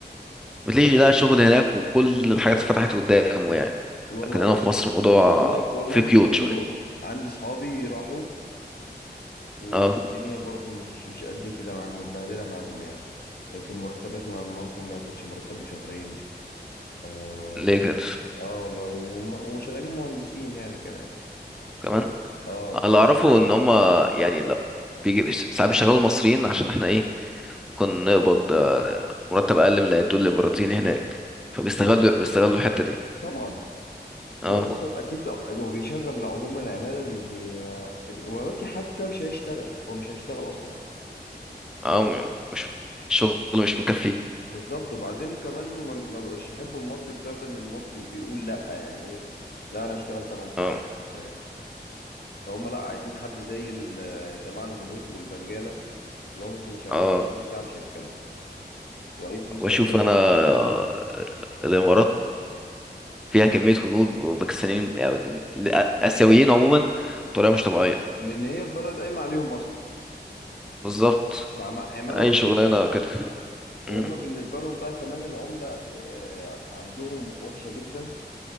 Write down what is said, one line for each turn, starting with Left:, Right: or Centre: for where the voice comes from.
Centre: بتلاقي لقى شغل هناك وكل الحاجات اتفتحت قدامه يعني
Left: والله
Centre: لكن هنا
Left: بص
Centre: في مصر الموضوع
Left: انا والله والله
Centre: في
Left: مش
Centre: قيود
Left: كله
Centre: شوية
Left: عندي صحابي راحوا والدنيا
Centre: اه
Left: برضو مش مش قد كده معاهم متبهدله معاهم يعني في المرتبات ما ممكن ما ياخدش مرتبه شهرين آه،
Centre: ليه كده
Left: اه والله وم- وشغالين مهندسين يعني كمان
Centre: كمان
Left: اه ف
Centre: اللي اعرفه ان هما يعني لا بيجي ساعات بيشغلوا المصريين عشان احنا ايه ممكن نقبض آه، مرتب اقل من اللي هيدوه الاماراتيين هناك فبيستغلوا
Left: هو
Centre: بيستغلوا الحتة دي
Left: طبعا
Centre: اه
Left: هو اصلا اكيد هو بيشغل عموما العماله لان آه، الاماراتي حتى مش هيشتغل هو مش هيشتغل اصلا
Centre: اه م- مش الشغل مش مكفي
Left: بالظبط وبعدين كمان ما ما بقوش يحبوا المصري بسبب ان المصري بيقول لا يعني ايه لا انا اشتغل 8 ساعات
Centre: اه
Left: 9 ساعات فهم لا عايزين حد زي الجماعه الهنود والبنجاله اللي هو ممكن يشغله
Centre: اه
Left: 20 ساعه مش هيتكلم واي فلوس
Centre: واشوف
Left: هياخدها
Centre: انا آه،
Left: مش هيتكلم
Centre: الامارات فيها كمية هنود باكستانيين يعني آسيويين عموما بطريقة مش طبيعية
Left: لان هي البلد قايمه عليهم اصلا
Centre: بالظبط
Left: عم- عمالة
Centre: أي
Left: رخيصة
Centre: شغلانة كده
Left: وهم
Centre: مم.
Left: بالنسبة لهم بقى كمان العملة آه، عندهم وحشة جدا